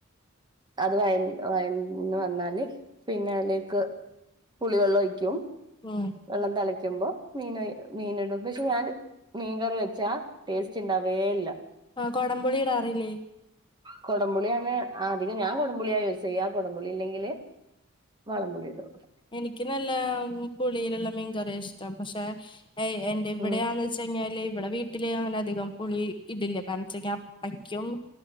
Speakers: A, on the right; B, on the left.
A: അത് വഴഞ്ഞ് വയന്ന് വന്നാല് പിന്നെ അയിലേക്ക് പുളിവെള്ളം ഒയിക്കും
B: ഉം
A: വെള്ളം തളയ്ക്കുമ്പോ മീനയ് മീനിടും പക്ഷെ ഞാൻ മീൻകറി വെച്ചാ ടേസ്റ്റ് ഇണ്ടാവേ ഇല്ല
B: ആഹ് കൊടംപുളി ഇടാറില്ലേ?
A: കൊടംമ്പുളിയാണ് അധികം ഞാൻ കൊടപുളിയാ യൂസ് ചെയ്യാ കൊടംപുളി ഇല്ലെങ്കില് വാളൻ പുളി ഇടും
B: എനിക്ക് നല്ല ഉം പുളിയില്ള്ള മീൻ കറിയാ ഇഷ്ടം പക്ഷെ എ എന്റെ ഇവിടെയാണ്
A: ഉം
B: ച്ചെഞ്ഞാല് ഇവടെ വീട്ടില് അങ്ങനധികം പുളി ഇടില്ല. കാരണം ചെ ക്കാ അക്കും